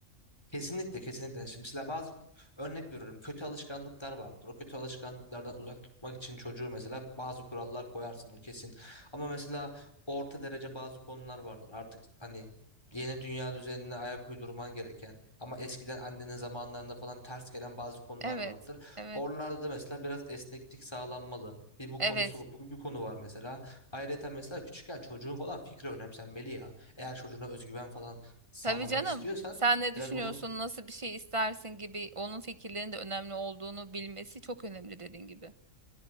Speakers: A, on the left; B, on the right.
A: kesinlikle kesinlikle. Yani Şimdi mesela bazı örnek veriyorum kötü alışkanlıklar vardır. O kötü alışkanlıklardan uzak tutmak için çocuğu mesela bazı kurallar koyarsın o kesin. Ama mesela orta derece bazı konular vardır. Artık hani yeni dünya düzenine ayak uydurman gereken ama eskiden annenin zamanlarında falan ters gelen bazı konular
B: Evet,
A: vardır.
B: evet,
A: Oralarda da mesela biraz esneklik sağlanmalı. Bir bu
B: evet.
A: konusu bu bir konu var mesela. Ayrıca mesela küçükken çocuğun falan fikri önemsenmeli ya. Eğer çocuğuna özgüven falan sağlamak
B: Tabii canım.
A: istiyorsan
B: Sen ne
A: Biraz
B: düşünüyorsun,
A: onun
B: nasıl bir şey istersin gibi onun fikirlerinin de önemli olduğunu bilmesi çok önemli dediğin gibi.